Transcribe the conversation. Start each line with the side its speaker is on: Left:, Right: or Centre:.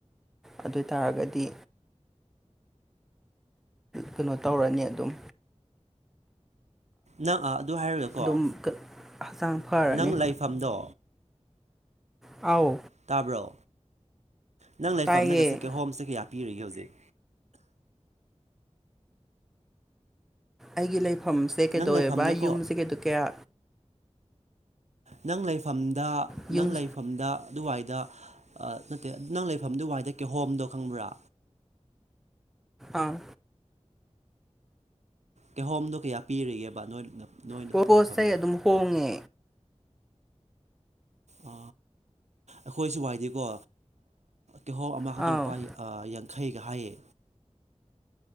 Centre: ꯑꯗꯨ ꯑꯣꯏ ꯇꯥꯔꯒꯗꯤ ꯀꯩꯅꯣ ꯇꯧꯔꯅꯤ ꯑꯗꯨꯝ
Right: ꯅꯪ ꯑꯗꯨ ꯍꯥꯏꯔꯒꯀꯣ
Centre: ꯑꯗꯨꯝ ꯍꯛꯆꯥꯡ ꯐꯔꯅꯤ
Right: ꯅꯪ ꯂꯩꯐꯝꯗꯣ
Centre: ꯑꯥꯎ
Right: ꯇꯥꯕ꯭ꯔꯣ ꯅꯪ ꯂꯩꯐꯝꯗ
Centre: ꯇꯥꯏꯌꯦ
Right: ꯉꯖꯤ ꯀ ꯍꯣꯝꯁꯦ ꯀꯌꯥ ꯄꯤꯔꯤꯒꯦ ꯍꯧꯖꯤꯛ
Centre: ꯑꯩꯒꯤ ꯂꯩꯐꯝꯁꯦ ꯀꯩꯗꯧꯋꯦꯕ
Right: ꯅꯪ ꯂꯩꯐꯝꯗꯀꯣ
Centre: ꯌꯨꯝꯁꯦ ꯀꯩꯗ ꯀꯌꯥ
Right: ꯅꯪ ꯂꯩꯐꯝꯗ
Centre: ꯌꯨꯝ
Right: ꯅꯪ ꯂꯩꯐꯝꯗ ꯑꯗꯨꯋꯥꯏꯗ ꯅꯠꯇꯦ ꯅꯪ ꯂꯩꯐꯝ ꯑꯗꯨꯋꯥꯏꯗ ꯀꯦꯍꯣꯝꯗꯣ ꯈꯪꯕ꯭ꯔꯥ
Centre: ꯑꯥ
Right: ꯀꯩꯍꯣꯝꯗꯣ ꯀꯌꯥ ꯄꯤꯔꯤꯒꯦꯕ ꯅꯣꯏ ꯅꯣꯏꯅ
Centre: ꯄꯣꯁꯥꯏ
Right: ꯂꯩꯐꯝꯗ
Centre: ꯑꯗꯨꯝ ꯍꯣꯡꯉꯦ
Right: ꯑ ꯑꯩꯈꯣꯏꯁꯨ ꯋꯥꯏꯗꯤꯀꯣ ꯀꯦꯍꯣ ꯑꯃꯈꯛꯇ
Centre: ꯑꯥꯎ
Right: ꯂꯨꯄꯥ ꯌꯥꯡꯈꯩꯒ ꯍꯥꯏꯌꯦ